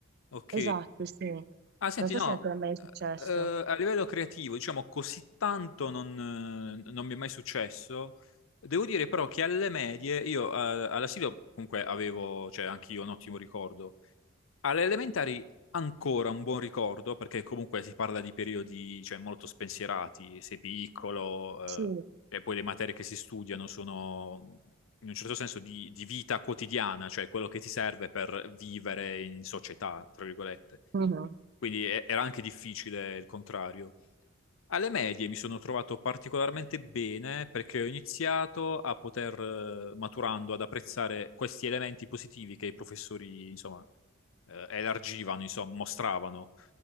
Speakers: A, on the left; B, on the right.
A: Ok.
B: Esatto, sì.
A: Ah, senti,
B: Non so
A: no,
B: se a te è mai successo.
A: eh, a livello creativo, diciamo, così tanto non, eh, non mi è mai successo. Devo dire però che alle medie, io eh, all'asilo comunque avevo, cioè anche io un ottimo ricordo. Alle elementari ancora un buon ricordo, perché comunque si parla di periodi, cioè, molto spensierati, sei piccolo,
B: Sì.
A: eh, e poi le materie che si studiano sono in un certo senso di, di vita quotidiana, cioè quello che ti serve per vivere in società, tra virgolette.
B: Mhm.
A: Quindi e- era anche difficile il contrario. Alle medie mi sono trovato particolarmente bene perché ho iniziato a poter, eh, maturando, ad apprezzare questi elementi positivi che i professori, insomma, eh, elargivano, insomma, mostravano.